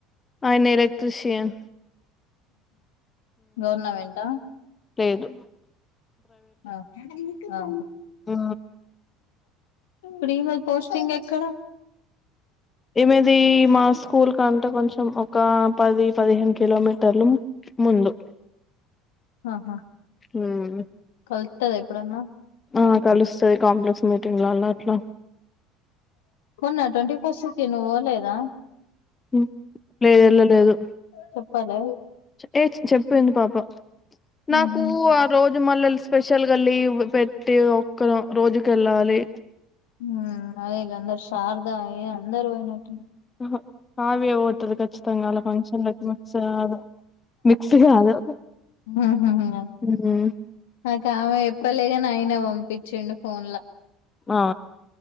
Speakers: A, on the left; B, on the left.
A: ఆయన ఎలక్ట్ర్రిష్యన్
B: గవర్నమెంట
A: లేదు
B: ఆ ఆహా
A: ఆ
B: త్రీ మంత్స్ పోస్టింగ్ ఎక్కడ
A: ఈమెది మా స్కూల్ కంటే కొంచెం ఒక పది పదిహేను కిలోమీటర్లు ముందు
B: ఆహా
A: మ్మ్
B: వత్తద ఎప్పుడున్నా
A: ఆ కలుస్తది కాంప్లెక్స్ మీటింగ్లల అట్లా
B: నా ట్వంటీ ఫస్ట్ కు తిను వన్ లేదా
A: మ్మ్ లేదు వెళ్ళలేదు
B: చెప్పాలే
A: ఏ చెప్పింది పాప నాకు
B: ఉహు
A: ఆ రో జు మళ్ళ స్పెషల్ గల్లి పెట్టి ఒక్కరు రోజుక వెళ్ళాలి
B: మ్మ్ అదే ఈల్లందరూ శారదా ఏ అందరు పోయినట్ <unintelligible>
A: ఆహా అవి పోతుర్రు కర్ ఖచ్చితంగా ఆళ్ళ ఫంక్షన్లు ఎక్కువ సాద్ మిక్స్ కాదు
B: మ్మ్ హు హు హు
A: హ్మ్.
B: ఆ ఇంకా ఆమె ఎప్పలేగాని అయినా పంపించిండు ఫోన్ లో
A: ఆ